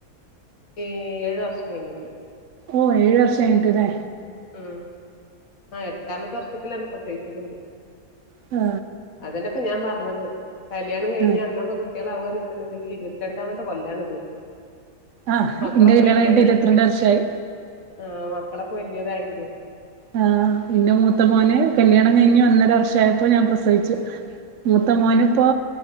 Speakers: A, on the left; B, on the right.
A: ഏഹ് ഏഴു വർഷം കഴിഞ്ഞിട്ട്
B: ഓഹ് ഈ വർഷ <unintelligible> ല്ലേ?
A: ഉം ആ എട്ടാമത്തെ വർഷത്തിലാണ് പ്രസവിച്ചിക്കണ്ത്.
B: ആ.
A: അതന്നെപ്പൊ ഞാൻ പറഞ്ഞത്. കല്യാണം കഴിഞ്ഞ്
B: ആഹ്
A: അന്നൊക്കെ കു ട്ടികള ആകുക എന്നുണ്ടെന്നുണ്ടെങ്കിൽ ഇരുപത്തി രണ്ടാമത്തെ കൊല്ലാണിത്.
B: ആഹ്
A: മക്കളൊക്കെ
B: ഇന്റെ കല്യാണം
A: വല്യതായി.
B: കഴിഞ്ഞിട്ട് ഇരുപത്തിരണ്ട് വർഷായി
A: ആ മക്കളൊക്കെ വല്യതായിരുന്നു.
B: ആഹ് എന്റെ മൂത്ത മോന് കല്യാണം കഴിഞ് ഒന്നര വർഷായപ്പോ ഞാൻ പ്രസവിച്ചു. മൂത്ത
A: ഉം
B: മോന് ഇപ്പോ